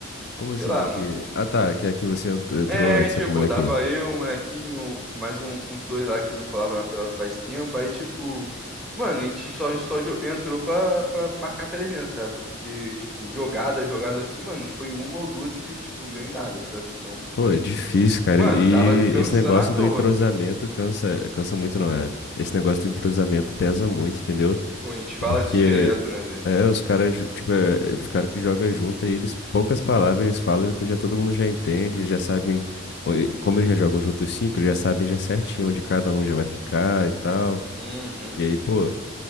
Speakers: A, on the left; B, in the centre.
A: Como
B: sei
A: assim,
B: lá,
A: daqui?
B: mano.
A: Ah, tá, que aqui você ent- entrou
B: É,
A: antes,
B: tipo,
A: com o molequinho.
B: tava eu, o molequinho, mais um- uns dois lá que não colava na pelada faz tempo. Aí, tipo, mano, a gente só, só jo- entrou pra, pra marcar presença, sabe? Porque, tipo, jogada, jogada assim, mano, foi uma ou duas que, tipo, não deu em nada, sabe? Então,
A: Pô, é difícil, cara.
B: mano,
A: E
B: tava cansando
A: esse negócio
B: à toa,
A: do entrosamento
B: pô.
A: cansa, cansa muito, não é? Esse negócio do entrosamento pesa muito, entendeu?
B: Pô, a gente
A: Porque
B: fala disso direto, né, velho?
A: é, os caras, ju- tipo, é, é, os caras que jogam junto, aí eles, poucas palavras, eles falam que já todo mundo já entende, eles já sabem, o- e- como eles já jogam juntos cinco, eles já sabem já certinho onde cada um já vai ficar e tal.
B: Uhum.
A: E aí, pô,